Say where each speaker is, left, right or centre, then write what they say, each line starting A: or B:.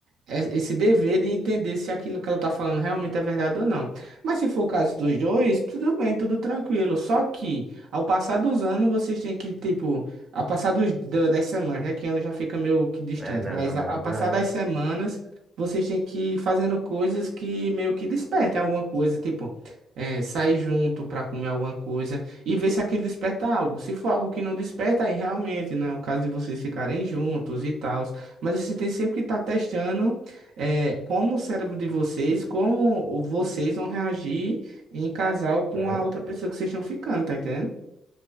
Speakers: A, on the right (about 75°); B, on the right (about 30°).
A: é- esse dever de entender se aquilo que ela tá falando realmente é verdade ou não. Mas se for o caso dos dois, tudo bem, tudo tranquilo. Só que ao passar dos anos, vocês têm que, tipo, ao passar dos, da- das semanas, né? Que ano já fica meio que distante,
B: É, não,
A: mas
B: não,
A: a-
B: aí
A: ao
B: tá,
A: passar
B: aí
A: das
B: já.
A: semanas, vocês têm que ir fazendo coisas que meio que despertem alguma coisa, tipo. é, sair junto para comer alguma coisa e ver se aquilo desperta algo. Se for algo que não desperta, aí realmente não é o caso de vocês ficarem juntos e tal. Mas você tem sempre que estar testando é, como o cérebro de vocês, como o- vocês vão reagir em casal com
B: Hum?
A: a outra pessoa que vocês estão ficando, tá entendendo?